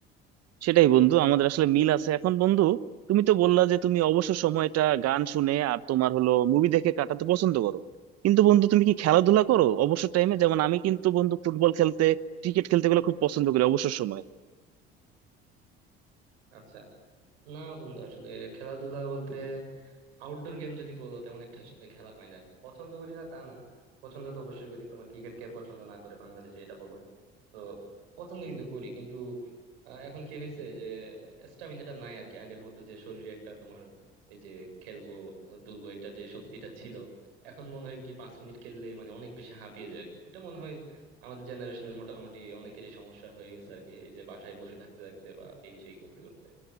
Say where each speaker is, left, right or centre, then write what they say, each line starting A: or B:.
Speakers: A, on the right (about 55°); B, on the right (about 80°).
A: সেটাই বন্ধু আমাদের আসলে মিল আছে এখন বন্ধু তুমি তো বললা যে তুমি অবসর সময়টা গান শুনে আর তোমার হলো মুভি দেখে কাটাতে পছন্দ করো কিন্তু বন্ধু তুমি কি খেলাধুলা করো অবসর টাইমে যেমন আমি কিন্তু বন্ধু ফুটবল খেলতে ক্রিকেট খেলতে গুলো খুব পছন্দ করি অবসর সময়
B: আচ্ছা না বন্ধু আসলে খেলাধুলা বলতে আউটডোর গেম যদি বলো তেমন একটা আসলে খেলা হয় না আর কি। পছন্দ করি না তা না পছন্দ তো অবশ্যই করি তোমার ক্রিকেট কে পছন্দ না করে বাংলাদেশে এটা বলো তো পছন্দ কিন্তু করি কিন্তু আহ, এখন কি হয়েছে যে স্টামিনাটা নাই আর কি আগের মতো যে শরীরে একটা তোমার এই যে খেলবো দুলবো এটা যে শক্তিটা ছিল এখন মনে হয় কি পাঁচ মিনিট খেললেই মানে অনেক বেশি হাঁপিয়ে যায় আর কি এটা মনে হয় আমাদের জেনারেশনের মোটামুটি অনেকেরই সমস্যা হয়ে গেছে আর কি এই যে বাসায় বসে থাকতে থাকতে বা এই সেই করতে করতে